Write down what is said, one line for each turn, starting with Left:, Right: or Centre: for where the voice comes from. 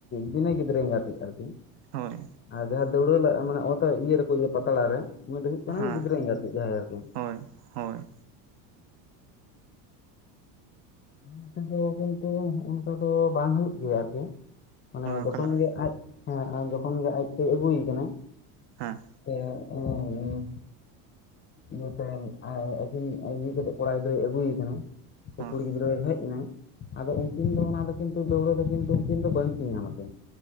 Left: ᱵᱤᱱᱟᱹ ᱜᱤᱫᱽᱨᱟᱹ ᱮᱸᱜᱟᱛᱤᱡ ᱟᱨᱠᱤ
Right: ᱦᱳᱭ
Left: ᱟᱨ ᱡᱟᱦᱟᱸᱭ ᱫᱟᱹᱣᱲᱟᱹ ᱤᱭᱟᱹ ᱨᱮᱠᱚ ᱯᱟᱛᱲᱟ ᱨᱮ ᱩᱱᱤ ᱫᱚ ᱦᱩᱭᱩᱜ ᱠᱟᱱᱟᱭ
Right: ᱦᱮᱸ
Left: ᱜᱤᱫᱽᱨᱟᱹ ᱮᱜᱟᱸᱛᱤᱡ ᱡᱟᱦᱟᱸᱭ ᱟᱨᱠᱤ
Right: ᱦᱳᱭ ᱦᱳᱭ
Left: ᱚᱱᱟ ᱱᱚᱛᱮ ᱫᱚ ᱠᱤᱱᱛᱩ ᱚᱱᱠᱟ ᱫᱚ ᱵᱟᱝ ᱦᱩᱭᱩᱜ ᱜᱮᱭᱟ ᱟᱨᱠᱤ ᱢᱟᱱᱮ ᱡᱚᱠᱷᱚᱱ
Right: ᱚᱠᱟ ᱞᱮᱠᱟ
Left: ᱜᱮ ᱟᱡ ᱦᱮᱸ ᱡᱚᱠᱷᱚᱱ ᱜᱮ ᱟᱡᱛᱮᱭ ᱟᱹᱜᱩᱭᱮ ᱠᱟᱱᱟ
Right: ᱦᱮᱸ
Left: ᱥᱮ <unintelligible> ᱡᱟᱛᱮ ᱟᱹᱠᱤᱱ ᱤᱭᱟᱹ ᱠᱟᱛᱮᱫ ᱠᱚᱲᱟ ᱜᱤᱫᱽᱨᱟᱹᱭ ᱟᱹᱜᱩᱭᱮ ᱠᱟᱱᱟ
Right: ᱦᱳᱭ
Left: ᱠᱩᱲᱤ ᱜᱤᱫᱽᱨᱟᱹᱭ ᱦᱮᱡ ᱱᱟᱭ ᱟᱫᱚ ᱩᱱᱠᱤᱱ ᱫᱚ ᱚᱱᱟᱫᱚ ᱠᱤᱱᱛᱩ ᱫᱟᱹᱣᱲᱟᱹ ᱫᱚ ᱠᱤᱱᱛᱩ ᱩᱱᱠᱤᱱ ᱫᱚ ᱵᱟᱝᱠᱤᱱ ᱧᱟᱢᱟᱠᱤᱱ